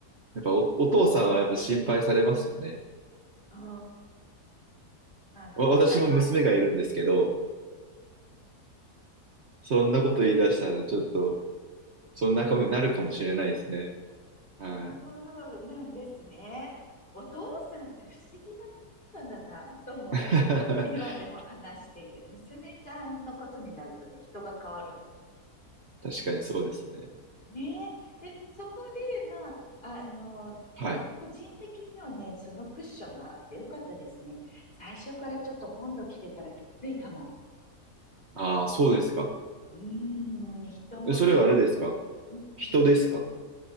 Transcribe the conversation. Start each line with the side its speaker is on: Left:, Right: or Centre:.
Right: やっぱお、お父さんはやっぱ心配されますよね。
Left: そう、なんか無駄な、
Right: まあ、私も娘がいるんですけど、
Left: あ、
Right: そんなこと言い出したらちょっと、
Left: そんな感じ
Right: そんなことになるかもしれないですね。
Left: あ、そう
Right: はい。
Left: そうなんですね。お父さんって不思議な人なんだな、とも、
Right: <laughs>
Left: 今でも話していて、娘ちゃんのことになるとね、人が変わる
Right: 確かにそうですね。
Left: ねえ。で、そこで、まあ、あの、
Right: はい。
Left: でも個人的にはね、そのクッションがあってよかったですね。最初からちょっと本土来てたらきついかも。
Right: ああ、そうですか。
Left: うーん、人もちょっ、
Right: えそれはあれですか
Left: うんうん
Right: 人ですか